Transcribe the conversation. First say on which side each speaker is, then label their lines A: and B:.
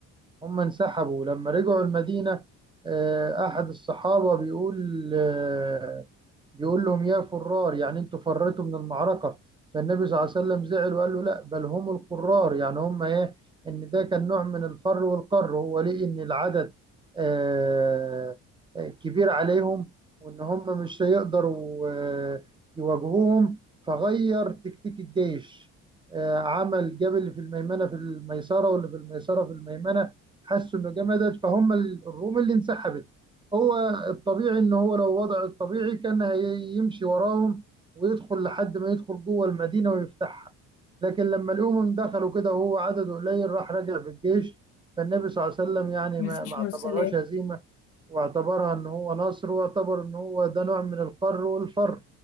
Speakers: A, on the right; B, on the left.
A: هم انسحبوا لما رجعوا المدينة آه، أحد الصحابة بيقول آه، بيقول لهم يا فرار يعني انتوا فريتوا من المعركة فالنبي صلى الله عليه وسلم زعل وقال له لا بل هم القرار يعني هم ايه ان ده كان نوع من الفر والقر هو ليه ان العدد آه، آه، كبير عليهم وان هم مش هيقدروا آه، يواجهوهم فغير تكتيك الجيش آه، عمل جاب اللي في الميمنة في الميسرة واللي في الميسرة في الميمنة حسوا انه جمدت فهم الروم اللي انسحبت هو الطبيعي ان هو لو وضع الطبيعي كان هيمشي وراهم ويدخل لحد ما يدخل جوه المدينه ويفتحها لكن لما الامم دخلوا كده وهو عدد قليل راح راجع بالجيش فالنبي صلى الله عليه وسلم يعني
B: مفيش
A: ما ما اعتبرهاش
B: من السلام
A: هزيمه واعتبرها ان هو نصر واعتبر ان هو ده نوع من القر والفر